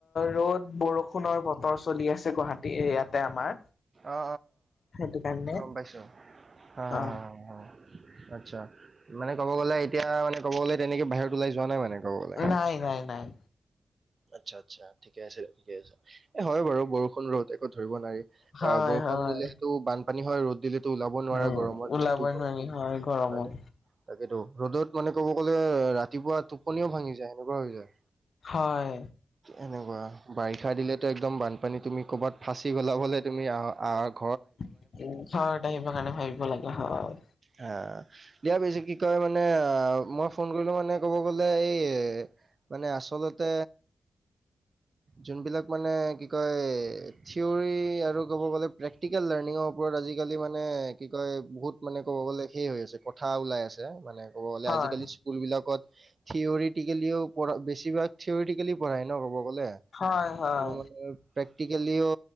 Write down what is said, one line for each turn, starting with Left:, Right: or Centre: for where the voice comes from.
Left: ৰ'দ বৰষুণৰ বতৰ চলি আছে গুৱাহাটী ইয়াতে আমাৰ
Right: অ অ
Left: সেইটো কাৰণে
Right: অ গম পাইছো হা
Left: অ
Right: হা হা আচ্ছা মানে ক'ব গ'লে এতিয়া মানে ক'ব গলে তেনেকে বাহিৰত ওলাই যোৱা নাই মানে ক'ব গ'লে।
Left: নাই' নাই' নাই'।
Right: আচ্ছা' আচ্ছা ঠিকে আছে ঠিকে আছে এ হয় বাৰু বৰষুণ ৰদ ধৰিব নোৱাৰি
Left: হয়
Right: অ' বৰষুণ
Left: হয়
Right: দিলেতো বানপানী হয় ৰ'দ দিলে টো ওলাব নোৱাৰে
Left: উম
Right: গৰমত
Left: ওলাবই
Right: যিটো গৰম
Left: নোৱাৰি
Right: হয়,
Left: গৰমত
Right: হয় নে'। তাকেইতো ৰ'দত মানে কব গ'লে ৰাতিপুৱা টোপনিও ভাঙি যায় সেনেকুৱা হৈ যায়।
Left: হয়।
Right: এনেকুৱা বাৰিষা দিলেতো একদম বানপানী তুমি ক'ৰবাত ফাঁচি গ'লাব হ'লে তুমি আহা আ
Left: উ' ঘৰত আহিবৰ কাৰণে ভাবিব লাগে হয়।
Right: আহ। দিয়া বেছি কি কয় মানে মই ফোন কৰিলোঁ মানে ক'ব গ'লে এই মানে আচলতে যোনবিলাক মানে কি কয় থিয়ৰি আৰু ক'ব গ'লে প্ৰেক্টিকেল লাৰ্ণিঙৰ ওপৰত আজিকালি মানে কি কয় বহুত মানে ক'ব গ'লে শেষ হৈ আছে, কথা ওলাই আছে মানে ক'ব গ'লে
Left: হয়,
Right: আজিকালি স্কুলবিলাকত থিয়ৰি টিকিলেও পঢ়া বেছিভাগ থিয়ৰি টিকিলি পঢ়াই ন' ক'ব গ'লে
Left: হয়, হয়,
Right: আৰু মানে প্ৰেক্টিকেলিও